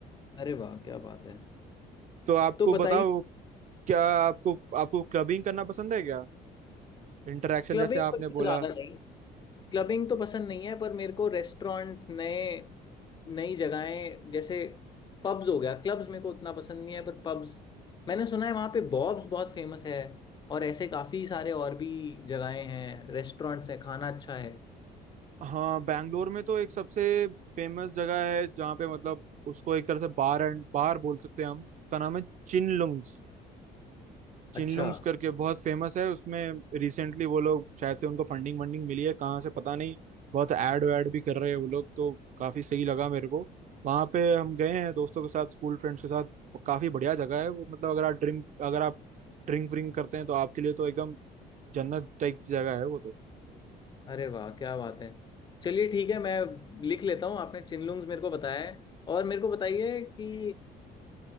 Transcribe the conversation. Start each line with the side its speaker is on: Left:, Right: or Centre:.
Left: अरे वाह क्या बात है
Right: तो आपको
Left: तो बताइए
Right: बताओ क्या आपको आपको क्लबिंग करना पसंद है क्या इंटरेक्शन
Left: क्लबिंग
Right: जैसे आपने
Left: वगैरह
Right: बोला
Left: ज्यादा नहीं क्लबिंग तो पसंद नहीं है पर मेरे को रेस्टोरेंट्स नए नई जगहें जैसे पब्स हो गया क्लब्स मेरे को उतना पसंद नहीं है पर पब्स मैंने सुना है वहाँ पे बॉब्स बहुत फेमस है और ऐसे काफी सारे और भी जगहें हैं रेस्टोरेंट्स हैं खाना अच्छा है
Right: हाँ बैंगलोर में तो एक सबसे फेमस जगह है जहाँ पे मतलब उसको एक तरह से बार एंड बार बोल सकते हैं हम उसका नाम है चिनलुंग्स चिनलुंग्स
Left: अच्छा
Right: करके बहुत फेमस है उसमें रिसेंटली वो लोग शायद से उनको फंडिंग वंडिंग मिली है कहाँ से पता नहीं बहुत ऐड वैड भी कर रहे हैं वो लोग तो काफी सही लगा मेरे को वहाँ पे हम गए हैं दोस्तों के साथ स्कूल फ्रेंड्स के साथ काफी बढ़िया जगह है वो मतलब अगर आप ड्रिंक अगर आप ड्रिंक व्रिंक करते हैं तो आपके लिए तो एकदम जन्नत टाइप की जगह है वो
Left: अरे वाह क्या बात है चलिए ठीक है मैं लिख लेता हूँ आपने चिनलुंग्स मेरे को बताया है और मेरे को बताइए कि